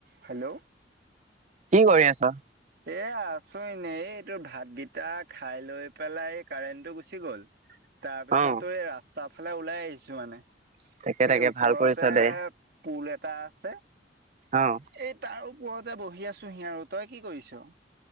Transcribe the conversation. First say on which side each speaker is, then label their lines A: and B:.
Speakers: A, on the right; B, on the right.
A: Hello
B: কি কৰি আছা?
A: এ আছো এনে এই এইটোৰ ভাতকেইটা খাই লৈ পেলাই এই কাৰেণ্টটো গুচি গ'ল <unintelligible> তাৰপিছতো
B: অ',
A: এই ৰাস্তা ফালে ওলাই আহিছো মানে <unintelligible>
B: তাকে তাকে
A: এই ওচৰতে
B: ভাল কৰিছ দে।
A: পুল এটা আছে।
B: অ',
A: এই তাৰ ওপৰতে বহি আছোহি আৰু, তই কি কৰিছ?